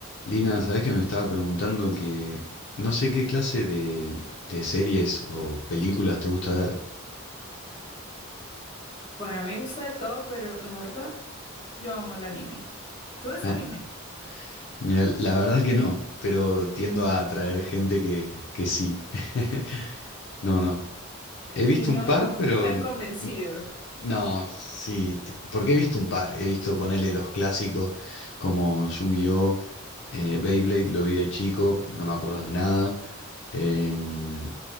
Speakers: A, on the left; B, on the left.
A: Lina, sabés que me estaba preguntando que no sé qué clase de, de series o películas te gusta ver.
B: Bueno, a mí me gusta de todo, pero la verdad, yo amo el anime. ¿Tú ves
A: Ah,
B: anime?
A: mira, la verdad que no, pero tiendo a atraer gente que, que sí. <laughs> No, no. He visto
B: Y no
A: un par, pero
B: te
A: n-
B: han convencido.
A: no, sí. t- Porque he visto un par. He visto ponerle los clásicos como Yu-Gi-Oh, eh, Beyblade, lo vi de chico, no me acuerdo de nada. Em,